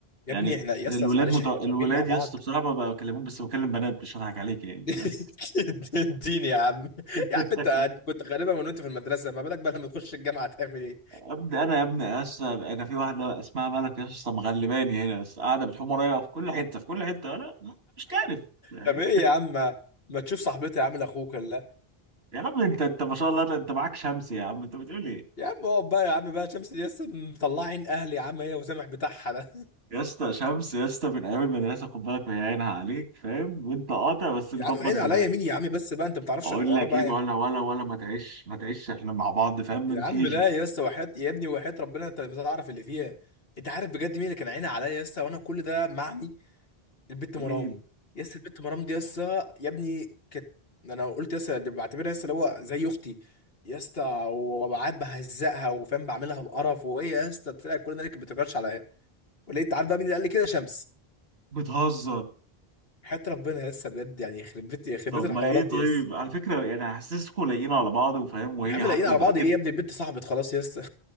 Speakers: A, on the left; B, on the right.
A: يا
B: يعني
A: ابني احنا يسا
B: الولاد
A: بس معلش
B: مت...
A: احنا
B: الولاد
A: متربيين مع بعض
B: يسا بصراحه ما بكلمهم بس بكلم بنات مش هضحك عليك يعني
A: <laughs>
B: فاهم
A: الدين يا عم
B: <laughs>
A: يا عم انت أنت كنت غالبا من وانت في المدرسه ما بالك بقى لما تخش الجامعه تعمل ايه
B: ابدا انا يا ابني يسا انا في واحده اسمها ملك يسا مغلباني هنا يسا قاعده بتحوم ورايا في كل حته في كل حته انا مش كارف فاهم؟
A: طب ايه يا عم ما تشوف صاحبتي يا عم لاخوك ولا
B: يا عم انت انت ما شاء الله انت معاك شمس يا عم انت بتقول ايه
A: يا عم اقعد بقى يا عم بقى شمس ياسا مطلعين اهلي يا عم هي وسامح بتاعها
B: يا اسطى شمس يا اسطى من ايام المدرسه خد بالك وهي عينها عليك فاهم وانت قاطع بس مكبر
A: يا عم عيد
B: دماغك
A: عليا مين يا عم بس بقى انت ما بتعرفش
B: اقول
A: الحوار
B: لك
A: بقى
B: ايه
A: يا
B: ولا
A: عم
B: ولا ولا ما تعيش ما تعيش احنا مع بعض فاهم من
A: يا عم
B: كيجي
A: لا يا اسطى وحياة يا ابني وحياة ربنا انت مش هتعرف اللي فيها انت عارف بجد مين اللي كان عيني عليا يا اسطى وانا كل ده معمي البت
B: مين
A: مرام يا اسطى البت مرام دي يا اسطى يا ابني كانت انا قلت يا اسطى دي بعتبرها يا اسطى اللي هو زي اختي يا اسطى وقعد بهزقها وفاهم بعملها بقرف وهي يا اسطى طلعت كل ده اللي كانت بتكرش عليا ولقيت عارف بقى مين اللي قال لي كده شمس
B: بتهزر
A: حياة ربنا يا اسطى بجد يعني يخرب بيت يخرب
B: طب
A: بيت الحوارات
B: ما ايه طيب
A: دي يا اسطى
B: على فكره يعني حاسسكم لايقين على بعض وفاهم وهي
A: يا عم
B: حتى
A: لاقيين على
B: ضحكت
A: بعض ايه يا ابني البت صاحبت خلاص يا اسطى